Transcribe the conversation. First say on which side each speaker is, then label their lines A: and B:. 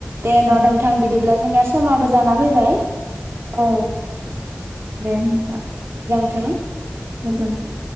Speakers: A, on the right (about 70°); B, on the right (about 55°).
A: दे
B: औ
A: न' नोंथां बिदिब्ला जोंनिया समाबो जाना फैबाय
B: औ दे नोंथां
A: थों
B: गोजोनथों